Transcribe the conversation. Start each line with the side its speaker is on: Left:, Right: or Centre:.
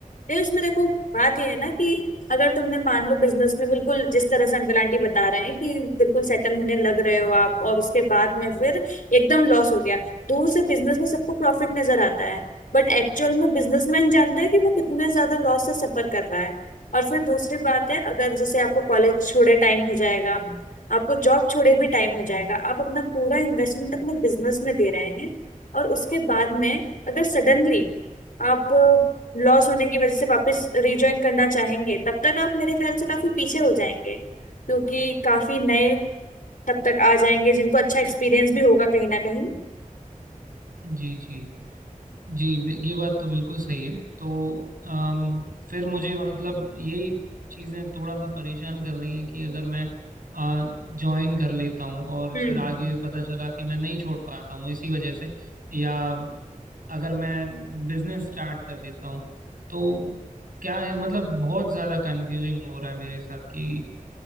Left: नहीं उसमें देखो बात ये है ना कि अगर तुमने मान लो बिजनेस में बिल्कुल जिस तरह से अंकल आंटी बता रहे हैं कि बिल्कुल सेटल होने लग रहे हो आप और उसके बाद में फिर एकदम लॉस हो गया दूर से बिजनेस में सबको प्रॉफिट नजर आता है बट एक्चुअल में बिजनेसमैन जानता है कि वो कितना ज्यादा लॉस से सफर कर रहा है और फिर दूसरी बात है अगर जैसे आपको कॉलेज छोड़े टाइम हो जाएगा आपको जॉब छोड़े भी टाइम हो जाएगा आप अपना पूरा इन्वेस्टमेंट अपने बिजनेस में दे रहे हैं और उसके बाद में अगर सडनली आप लॉस होने की वजह से वापस रिजॉइन करना चाहेंगे तब तक आप मेरे ख्याल से काफी पीछे हो जाएंगे क्योंकि काफी नए तब तक आ जाएंगे जिनको अच्छा एक्सपीरियंस भी होगा कहीं ना कहीं
Right: जी जी जी बि- ये बात तो बिल्कुल सही है तो अम, फिर मुझे मतलब यही चीज़ें थोड़ा सा परेशान कर रही हैं कि अगर मैं ज्वाइन कर लेता हूँ और
Left: हम्म
Right: फिर आगे पता चला कि मैं नहीं छोड़ पाता हूँ इसी वजह से या अगर मैं बिजनेस स्टार्ट कर देता हूँ तो क्या है मतलब बहुत ज़्यादा कंफ्यूजिंग हो रहा है मेरे साथ कि